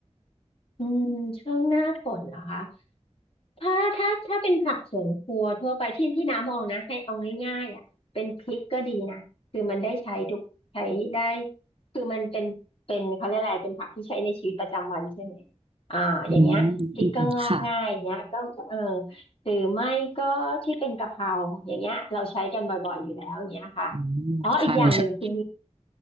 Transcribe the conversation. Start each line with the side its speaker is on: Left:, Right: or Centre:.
Left: อืมช่วงหน้าฝนเหรอคะ ถ้าถ้าถ้าเป็นผักสวนครัวทั่วไปที่ที่น้ำมองนะให้เอาง่ายๆอ่ะเป็นพริกก็ดีนะคือมันได้ใช้ทุกใช้ได้คือมันเป็นเป็นเขาเรียกอะไรเป็นผักที่ใช้ในชีวิตประจำวันใช่ไหมอ่าอย่างเงี้ยพริกก็งอกง่ายอย่างเงี้ยก็เออ
Right: อืมอืม อืม ค่ะ
Left: หรือไม่ก็ที่เป็นกะเพราอย่างเงี้ยเราใช้กันบ่อยๆอยู่แล้วอย่างเงี้ยค่ะ
Right: อืม
Left: อ๋ออีกอย่างหนึ่งคือ
Right: ค่ะ หนูชอบ